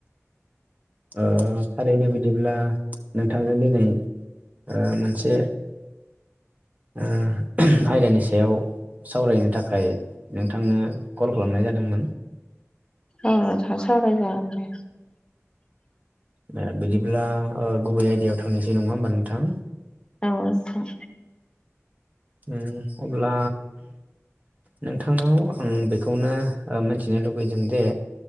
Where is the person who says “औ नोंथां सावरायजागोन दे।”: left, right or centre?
Left